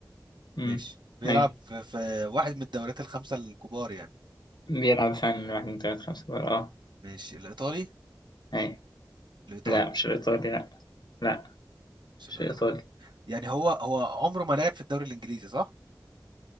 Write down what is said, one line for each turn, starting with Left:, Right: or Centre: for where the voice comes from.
Left: امم
Right: ماشي بيلعب
Left: ايوه
Right: في, في واحد من الدوريات الخمسة الكبار يعني
Left: بيلعب فعلا من واحد من تلات خمسة بقى اه
Right: ماشي الايطالي
Left: ايوه
Right: الايطالي
Left: لا مش الإيطالي لا لا
Right: مش
Left: مش
Right: الايطالي
Left: الإيطالي
Right: يعني هو هو عمره ما لعب في الدوري الانجليزي صح